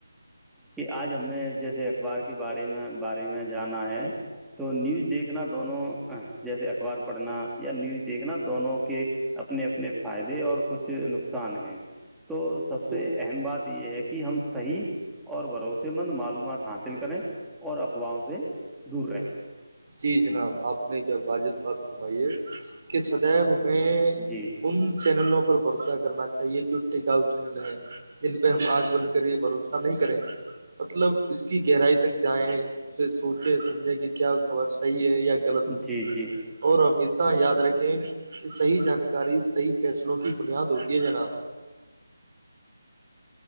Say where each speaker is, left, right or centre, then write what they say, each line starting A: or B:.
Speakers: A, in the centre; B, on the right.
A: کہ آج ہم نے جیسے اخبار کے بارے میں بارے میں جانا ہے تو نیوز دیکھ دیکھنا دونوں جیسے اخبار پڑھنا یا نیوز دیکھنا دونوں کے اپنے اپنے فائدے اور کچھ نقصان ہیں تو سب
B: جی
A: سے اہم بات یہ ہے کہ ہم صحیح اور بھروسے مند معلومات حاصل کریں اور افواہوں سے دور رہیں
B: جناب آپ نے کیا واجب بات سمائی ہے کہ سدیب ان میں
A: جی
B: ان چینلوں کو بھروسہ کرنا چاہیے جو ٹکاؤ چینل ہے جن پہ ہم آنکھ بن کر یہ بھروسہ نہیں کریں مطلب اس کی گہرائی تک جائیں اسے سوچیں سمجھیں کہ کیا خبر صحیح ہے غلط
A: جی
B: ہے
A: جی
B: اور ہممی سے یاد رکھیں کہ صحی جانکاری صحیح فیصلوں کی بنیاد ہوتی ہے جناب